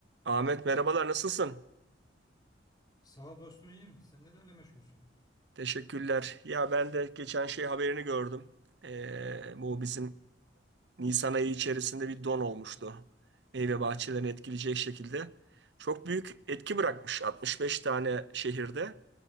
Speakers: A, on the right (about 65°); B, on the left (about 20°).
A: Ahmet merhabalar nasılsın?
B: Sağ ol dostum iyiyim. Sen nelerle meşgulsün?
A: Teşekkürler. Ya ben de geçen şey haberini gördüm. Ee, bu bizim Nisan ayı içerisinde bir don olmuştu. Meyve bahçelerini etkileyecek şekilde. Çok büyük etki bırakmış 65 tane şehirde.